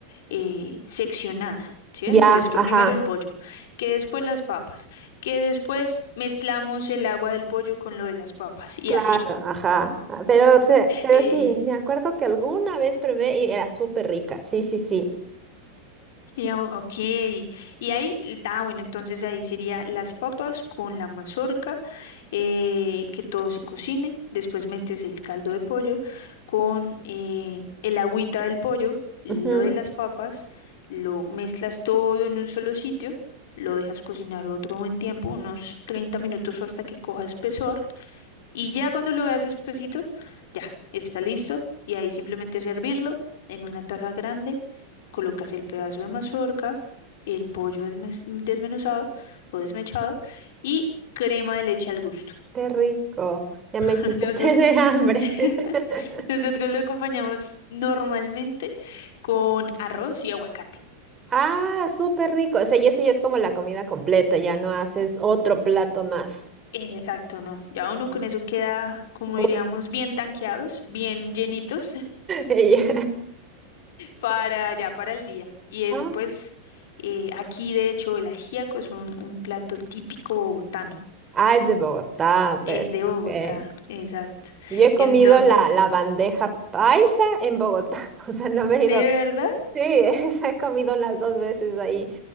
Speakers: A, on the left (about 55°); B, on the right (about 20°).
A: eh, seccionada, ¿sí ves?
B: ya,
A: Entonces, que
B: ajá,
A: primero el pollo, que después las papas, que después mezclamos el agua del pollo con lo de las papas y
B: claro,
A: así.
B: ajá. ah, Pero, se, pero
A: Eh,
B: sí, me acuerdo que alguna vez probé y era súper rica, sí, sí, sí.
A: Y, ah, ok, y ahí, ah, bueno, entonces ahí sería las papas con la mazorca, eh, que todo se cocine, después metes el caldo de pollo con eh, el agüita del pollo, lo
B: ujú,
A: de las papas, lo mezclas todo en un solo sitio, lo dejas cocinar otro buen tiempo, unos 30 minutos o hasta que coja espesor, y ya cuando lo veas espesito, ya está listo. Y ahí simplemente servirlo en una taza grande. Colocas el pedazo de mazorca, el pollo desmes- desmenuzado o desmechado y crema de leche al gusto.
B: Qué rico, ya
A: <laughs>
B: me hiciste
A: Nosotros,
B: <laughs> tener hambre.
A: <laughs>
B: <laughs>
A: nosotros lo acompañamos normalmente con arroz y aguacate.
B: Ah, súper rico, o sea, y eso ya es como la comida completa, ya no haces otro plato más.
A: Exacto, no. Ya uno
B: Mm.
A: con eso queda, como
B: <laughs>
A: diríamos, bien tanqueados, bien llenitos.
B: Ya.
A: para ya para el día. Y eso
B: Ah,
A: pues, eh, aquí de hecho el ajiaco es un, un plato típico bogotano.
B: ah, es de Bogotá, pero,
A: Es de Bogotá,
B: ok.
A: exacto.
B: Yo he comido
A: Entonces,
B: la, la bandeja paisa en Bogotá, <laughs> o sea, no me he
A: ¿de
B: ido.
A: verdad?
B: Sí, <laughs> esa he comido las dos veces ahí,